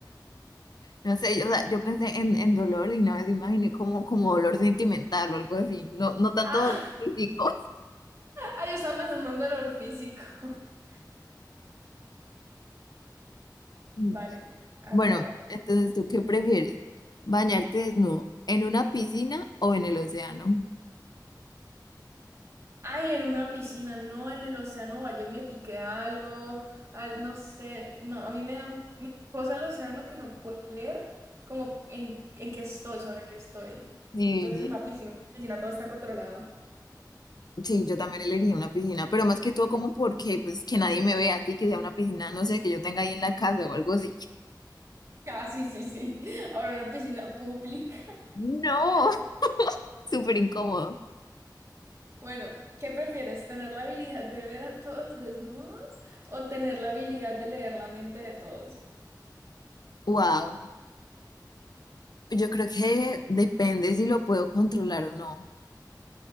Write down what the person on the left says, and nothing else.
No sé, yo, o sea, yo pensé en, en dolor y una vez imaginé como, como dolor sentimental o algo así, no, no tanto
dolor físico. <laughs>
Mm.
Bueno,
entonces, ¿tú qué prefieres? ¿Bañarte desnudo en una piscina o en el océano?
Sí,
Sí, yo también elegiría una piscina, pero más que todo como porque, pues, que nadie me vea así, que sea una piscina, no sé, que yo tenga ahí en la casa o algo así.
No, <laughs> súper incómodo.
Wow, yo creo que depende si lo puedo controlar o no,